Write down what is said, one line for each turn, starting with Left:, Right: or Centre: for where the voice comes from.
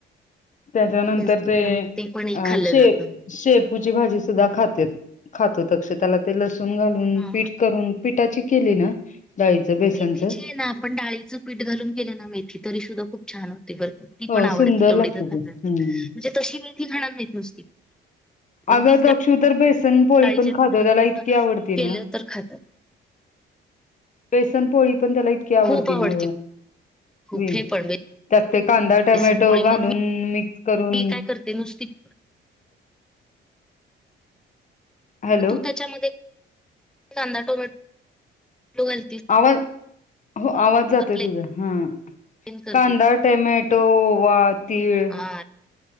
Left: त्याच्यानंतर
Centre: तेच
Left: ते.
Centre: मग ते पण एक
Left: अ
Centre: खाल्लं
Left: शे
Centre: जातं.
Left: शेप ूची भाजी सुद्धा खातेत. खातो अक्ष त्याला ते लसूण घालून
Centre: हा
Left: पीठ करून पठाची केली ना? डाळीचं बेसनचं
Centre: मेथीची ना. आपण डाळीचं पीठ घालून केले ना मेथी. तरी सुद्धा खूप छान होते बरका. ती
Left: हो
Centre: पण आवडती.
Left: सुंदर
Centre: एवढी
Left: लागते
Centre: जर खात
Left: ती
Centre: नसल तर.
Left: हम्म.
Centre: म्हणजे तशी मेथी खाणार नाही नुसती. पण
Left: अग
Centre: तीच
Left: अक्षु तर बेसन
Centre: डाळीच्या
Left: पोळी पण खातो.
Centre: पीठ घालून
Left: त्याला इतकी
Centre: खा
Left: आवडती
Centre: केलं
Left: ना.
Centre: तर खातात
Left: बेसनपोळी पण त्याला इतकी आवडती
Centre: खूप आवडते
Left: ना.
Centre: खूप
Left: मी
Centre: हे पण
Left: त्यात कांदा
Centre: बेसन
Left: टमॅटो
Centre: पोळी
Left: घालून
Centre: मग
Left: मिक्स करून.
Centre: मी काय करते नुसती.
Left: हॅलो
Centre: म तू त्याच्यामध्ये कांदा टोमॅटो घाल
Left: आवाज. हो. आवाज जातोय
Centre: प्लेन
Left: तुझा. ह.
Centre: तेन करते
Left: कांदा, टमॅटो, ओवा, तीळ.
Centre: हा